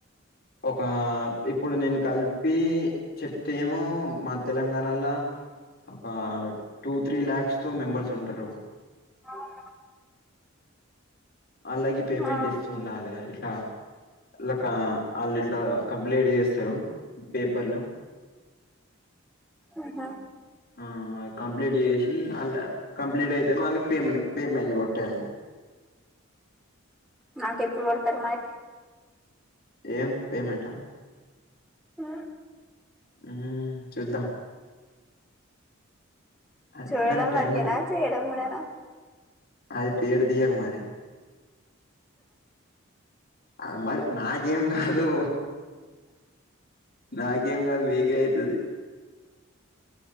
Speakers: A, on the left (about 45°); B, in the centre.
A: ఒక ఇప్పుడు నేను కలి పి చెప్తే ఏమో మా తెలంగాణలా ఒక టూ త్రీ ల్యాక్స్ తో మెంబర్స్ ఉంటారు
B: అవును
A: అలాగే పేమెంట్
B: ఆ
A: ఇస్తూ ఉండాలి ఇట్లా లాకా ఆళ్ళు ఇట్లా కంప్లైంట్ చేస్తారు పేపర్లు
B: ఆహా
A: ఆ కంప్లీట్ చేసి వాళ్ళ కంప్లీట్ అయితేమో వాళ్ళకి పేమెంట్ పేమెంట్ కొట్టేయాలి
B: నాకెప్పుడు కొడతార్ మారి
A: ఏం పేమెంటా
B: ఆ
A: ఉమ్ చూద్దాం అరే
B: చూడడం
A: దానికి టైం
B: వరకేనా చేయడం కూడానా
A: అయితే ఏట్ దియకు మరి ఆ మరి నాకేం గాదు. నాకేం కాదు మీకే అవుతుది.